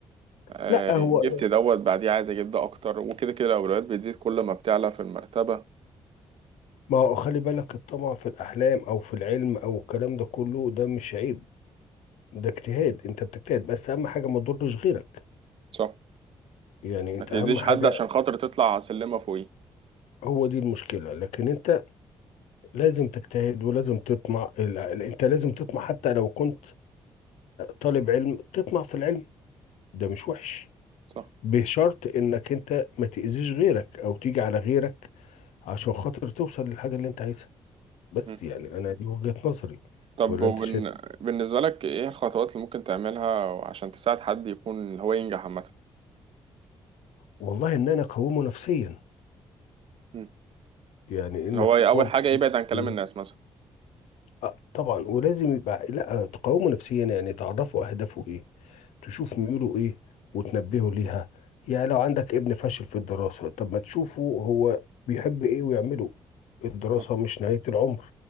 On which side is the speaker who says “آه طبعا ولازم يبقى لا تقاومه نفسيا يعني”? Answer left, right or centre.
Left